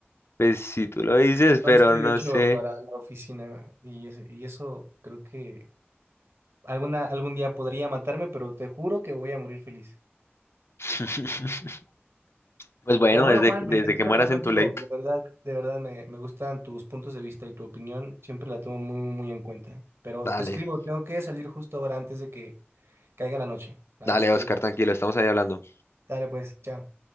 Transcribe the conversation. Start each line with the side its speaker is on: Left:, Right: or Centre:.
Left: Pues si tú lo dices,
Right: No
Left: pero
Right: estoy
Left: no
Right: hecho
Left: sé.
Right: para la oficina y eso, y eso creo que alguna, algún día podría matarme, pero te juro que voy a morir feliz.
Left: <laughs> Pues bueno,
Right: Pero bueno,
Left: desde,
Right: Juan,
Left: desde
Right: me encantó
Left: que
Right: platicar
Left: mueras
Right: contigo.
Left: en tu ley.
Right: De verdad, de verdad me, me gustan tus puntos de vista y tu opinión. Siempre la tomo muy, muy en cuenta. Pero
Left: Dale,
Right: te escribo, tengo que salir justo ahora antes de que caiga la noche, ¿va?
Left: dale, Oscar,
Right: Muy bien.
Left: tranquilo, estamos ahí hablando.
Right: Dale pues, chao.